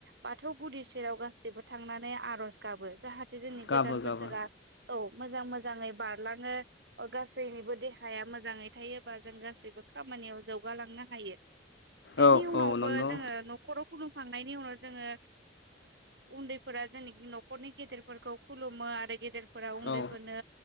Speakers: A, on the right (about 65°); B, on the left (about 70°).
A: बाथौ गुदि सेराव गासिबो थांनानै आर'ज गाबो जाहाथे जोंनि
B: गाबो
A: गोदान
B: गाबो
A: बोसोरा औ मोजां मोजाङै बारलाङो गासैनिबो देहाया मोजाङै थायोबा जों गासैबो खामानियाव जौगालांनो हायो बेनि
B: औ
A: उनावबो
B: औ नंगौ
A: जोङो न'खराव खुलु मखांनायनि उनाव जोङो उन्दैफोरा जोयनोखि नखरनि गेदेर फोरखौ खुलुमो आरो गेदेरफोरााव उन्दैफोरनो
B: औ